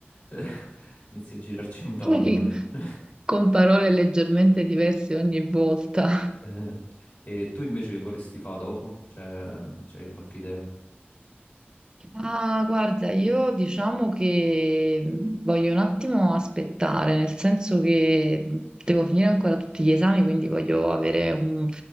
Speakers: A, on the left; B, on the right.
A: <laughs> Inizi a girarci intorno.
B: <laughs>
A: di- <laughs>
B: con parole leggermente diverse ogni volta.
A: Eh, E tu invece che vorresti fare dopo? Cioè, mm, c'hai qualche idea?
B: Ah, guarda, io diciamo che mh, voglio un attimo aspettare, nel senso che mh, devo finire ancora tutti gli esami, quindi voglio avere un-